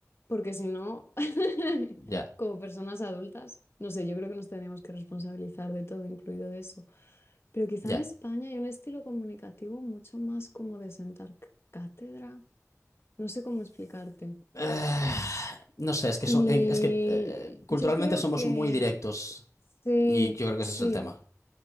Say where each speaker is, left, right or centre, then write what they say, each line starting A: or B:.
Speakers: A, on the left; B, on the left.
A: porque si no, <laughs>
B: Ya,
A: como personas adultas, no sé, yo creo que nos tenemos que responsabilizar de todo, incluido de eso. Pero quizá
B: ya.
A: en España hay un estilo comunicativo mucho más como de sentar c- cátedra. No sé cómo explicarte.
B: Eh, no sé, es que,
A: Y
B: so- eh, es que eh, culturalmente
A: yo creo
B: somos
A: que
B: muy directos
A: sí,
B: y yo creo que
A: sí.
B: ese es el tema.